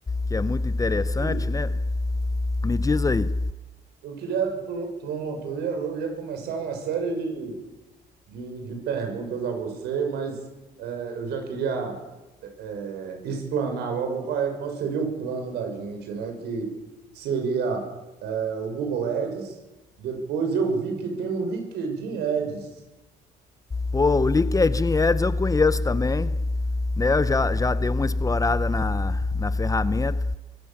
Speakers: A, on the left (about 20°); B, on the right (about 75°).
A: que é muito interessante,
B: os-
A: né? Me diz aí.
B: Eu queria, pr- pronto, eu ia, eu ia começar uma série de, de, de perguntas a você, mas eh, eu já queria eh, explanar logo qual, é- qual seria o plano da gente, né? Que seria eh, o Google Ads, depois eu vi que tem um LinkedIn Ads
A: Pô, o LinkedIn Ads eu conheço também, né? Eu já, já dei uma explorada na, na ferramenta.